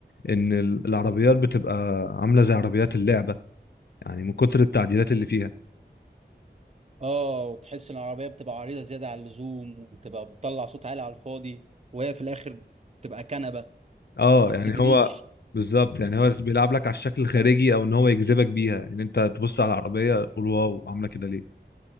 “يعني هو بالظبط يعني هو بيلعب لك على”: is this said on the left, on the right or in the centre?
Left